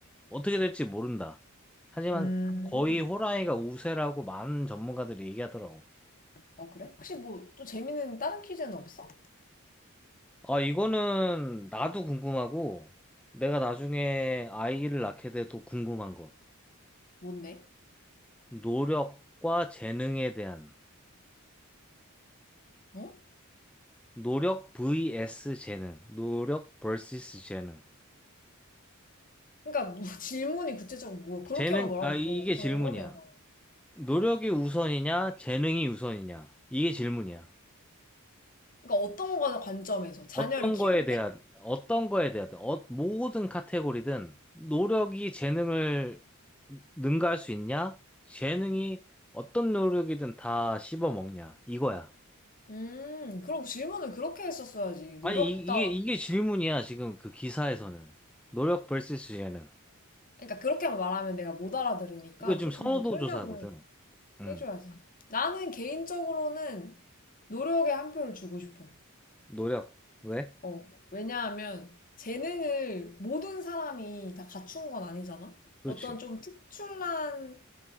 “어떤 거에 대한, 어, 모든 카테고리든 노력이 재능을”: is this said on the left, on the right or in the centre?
Centre